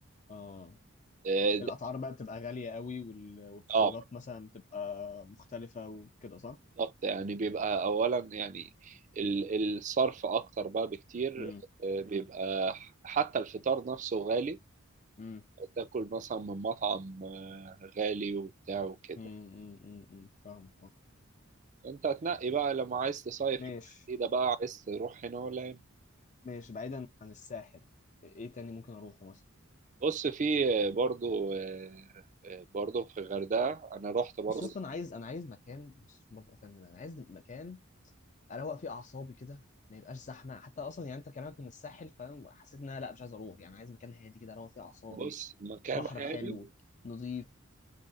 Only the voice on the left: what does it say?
اه
الاسعار
بقى بتبقى غالية قوي وال... والخروجات
مثلا بتبقى مختلفة وكده صح
امم
امم
امم امم امم أمم. فاهمك اه
ماشي
ماشي بعيدا عن الساحل ايه تاني ممكن اروحه مثلا
بص يا اسطى انا عايز انا عايز مكان بص برضه افهم دماغي. انا عايز مكان اروق في اعصابي كده ما يبقاش زحمه حتى اصلا يعني انت كلامك من الساحل فاهم حسيت ان انا لا مش عايز اروح يعني عايز مكان هادي كده اروق فيه اعصابي
بحر
حلو نظيف